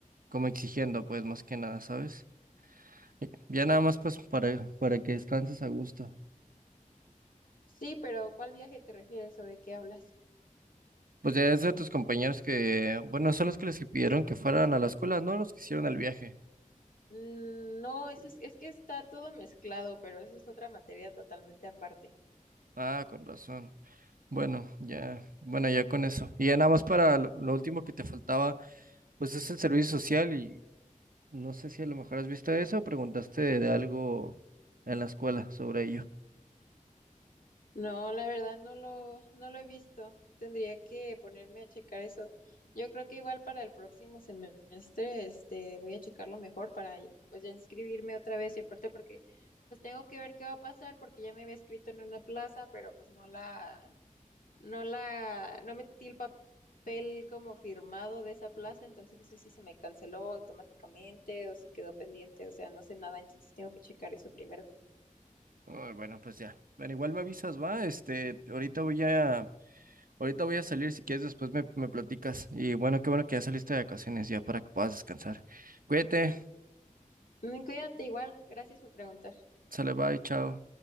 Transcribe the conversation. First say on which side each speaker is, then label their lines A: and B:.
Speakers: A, on the right; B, on the left.
A: como exigiendo, pues más que nada, ¿sabes? Y Ya nada más, pues para, para que descanses a gusto.
B: Sí, pero ¿cuál viaje te refieres o de qué hablas?
A: Pues ya es de tus compañeros que, bueno, son los que les pidieron que fueran a la escuela, ¿no? Los que hicieron el viaje.
B: Mm, No, es es, es que está todo mezclado, pero eso es otra materia totalmente aparte.
A: Ah, con razón. Bueno, ya, bueno, ya con eso. Y ya nada más para lo, lo último que te faltaba, pues es el servicio social y no sé si a lo mejor has visto eso o preguntaste de algo en la escuela sobre ello.
B: No, la verdad no lo, no lo he visto. Tendría que ponerme a checar eso. Yo creo que igual para el próximo semestre, este, voy a checarlo mejor para pues ya inscribirme otra vez y aparte porque pues tengo que ver qué va a pasar porque ya me había escrito en una plaza, pero pues no la no la, no metí el papel como firmado de esa plaza, entonces no sé si se me canceló automáticamente o si quedó pendiente, o sea, no sé nada, entonces tengo que checar eso primero.
A: Ah, bueno, pues ya. Bueno, igual me avisas, va. Este, ahorita voy a, ahorita voy a salir, si quieres después me, me platicas. Y bueno, qué bueno que ya saliste de vacaciones ya para que puedas descansar. Cuídate,
B: Mm, Cuídate igual, gracias por preguntar.
A: sale, bye, chao.